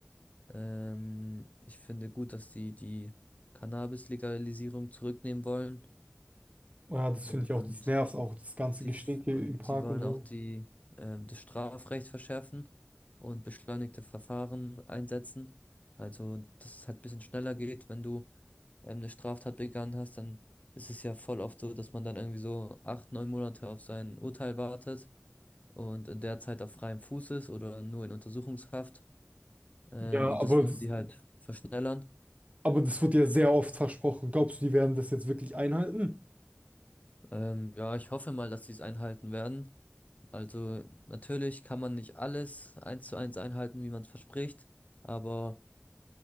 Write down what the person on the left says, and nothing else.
Ähm, ich finde gut, dass sie die Cannabis-Legalisierung zurücknehmen wollen.
Und
Die,
f- und
die wollen
auch die, ähm, das Strafrecht verschärfen und beschleunigte Verfahren einsetzen. Also, dass es halt ein bisschen schneller geht, wenn du ähm, eine Straftat begangen hast, dann ist es ja voll oft so, dass man dann irgendwie so acht, neun Monate auf sein Urteil wartet und in der Zeit auf freiem Fuß ist oder nur in Untersuchungshaft. Ähm,
und
das wollen die halt verschnellern.
Ähm, ja, ich hoffe mal, dass sie es einhalten werden. Also natürlich kann man nicht alles eins zu eins einhalten, wie man es verspricht, aber